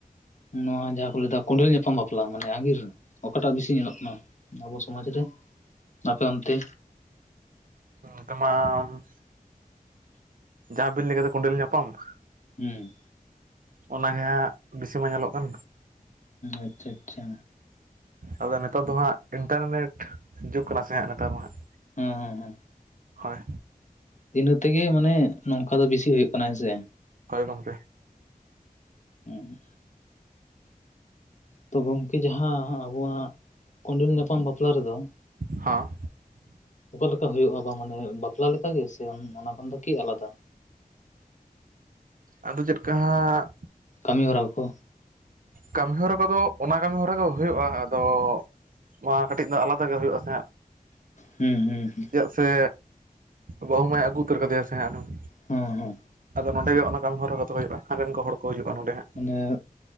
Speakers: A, on the left (about 50°); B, on the right (about 65°).
A: ᱱᱚᱣᱟ ᱡᱟᱦᱟᱸ ᱠᱚ ᱞᱟᱹᱭ ᱫᱟ ᱠᱚᱸᱰᱮᱞ ᱧᱟᱯᱟᱢ ᱵᱟᱯᱞᱟ ᱢᱟᱱᱮ ᱟᱺᱜᱤᱨ ᱚᱠᱟᱴᱟᱜ ᱵᱤᱥᱤ ᱧᱮᱞᱚᱜ ᱠᱟᱱᱟ? ᱟᱵᱚ ᱥᱚᱢᱟᱡᱽ ᱨᱮ ᱟᱯᱮ ᱚᱱᱛᱮ?
B: ᱚᱱ ᱛᱮᱢᱟ ᱩᱸ ᱩᱸ ᱡᱟᱦᱟᱸ ᱵᱤᱱ ᱞᱟᱹᱭ ᱠᱮᱫᱟ ᱠᱚᱸᱰᱮᱞ ᱧᱟᱯᱟᱢ
A: ᱩᱸ
B: ᱚᱱᱟ ᱜᱮ ᱦᱟᱸᱜ ᱵᱤᱥᱤ ᱢᱟ ᱧᱮᱞᱚᱜ ᱠᱟᱱ᱾
A: ᱟᱪᱪᱷᱟ ᱟᱪᱪᱷᱟ
B: ᱟᱫᱚ ᱱᱮᱛᱟᱨ ᱫᱚ ᱦᱟᱸᱜ ᱤᱱᱴᱟᱨᱱᱮᱴ ᱡᱩᱜᱽ ᱠᱟᱱᱟ ᱥᱮ ᱦᱟᱸᱜ ᱱᱮᱛᱟᱨ ᱫᱚ ᱦᱟᱸᱜ
A: ᱦᱚᱸ ᱦᱚᱸ ᱦᱚᱸ
B: ᱦᱳᱭ
A: ᱤᱱᱟᱹ ᱛᱮᱜᱮ ᱢᱟᱱᱮ ᱱᱚᱝᱠᱟ ᱫᱚ ᱵᱤᱥᱤ ᱦᱩᱭᱩᱜ ᱠᱟᱱᱟ ᱦᱮᱸᱥᱮ
B: ᱦᱳᱭ ᱜᱚᱢᱠᱮ
A: ᱩᱸ ᱛᱚ ᱜᱚᱢᱠᱮ ᱡᱟᱦᱟᱸ ᱦᱟᱸᱜ ᱟᱵᱚᱣᱟᱜ ᱠᱚᱸᱰᱮᱞ ᱧᱟᱯᱟᱢ ᱵᱟᱯᱞᱟ ᱨᱮᱫᱚ
B: ᱦᱚᱸ
A: ᱚᱠᱟ ᱞᱮᱠᱟ ᱦᱩᱭᱩᱜ-ᱟ ᱵᱟ ᱢᱟᱱᱮ ᱵᱟᱯᱞᱟ ᱞᱮᱠᱟ ᱜᱮ ᱥᱮ ᱚᱱ ᱚᱱᱟ ᱠᱷᱚᱱ ᱫᱚ ᱠᱤ ᱟᱞᱟᱫᱟ?
B: ᱟᱫᱚ ᱪᱮᱫᱠᱟ ᱦᱟᱸᱜ
A: ᱠᱟᱹᱢᱤ ᱦᱚᱨᱟ ᱠᱩ
B: ᱠᱟᱹᱢᱤᱦᱚᱨᱟ ᱠᱚᱫᱚ ᱚᱱᱟ ᱠᱟᱹᱢᱤ ᱦᱚᱨᱟ ᱜᱮ ᱦᱩᱭᱩᱜ-ᱟ ᱟᱫᱚ ᱱᱚᱣᱟ ᱠᱟᱹᱴᱤᱡ ᱫᱚ ᱟᱞᱟᱫᱟ ᱜᱮ ᱦᱩᱭᱩᱜ ᱟᱥᱮ ᱦᱟᱸᱜ
A: ᱦᱩᱸ ᱦᱩᱸ ᱦᱩᱸ
B: ᱪᱮᱫᱟᱜ ᱥᱮ ᱵᱟᱹᱦᱩ ᱢᱟᱭ ᱟᱹᱜᱩ ᱩᱛᱟᱹᱨ ᱠᱟᱫᱮᱭᱟ ᱥᱮ ᱦᱟᱸᱜ ᱮᱱᱦᱚᱸ
A: ᱦᱚᱸ ᱦᱚᱸ
B: ᱟᱫᱚ ᱱᱚᱰᱮ ᱜᱮ ᱚᱱᱟ ᱠᱟᱹᱢᱤ ᱦᱚᱨᱟ ᱠᱚᱛᱚ ᱦᱩᱭᱩᱜ-ᱟ ᱦᱟᱸᱰᱮᱱ ᱠᱚ ᱦᱚᱲ ᱠᱚ ᱦᱤᱡᱩᱜ-ᱟ ᱱᱚᱰᱮ ᱦᱟᱸᱜ
A: ᱢᱟᱱᱮ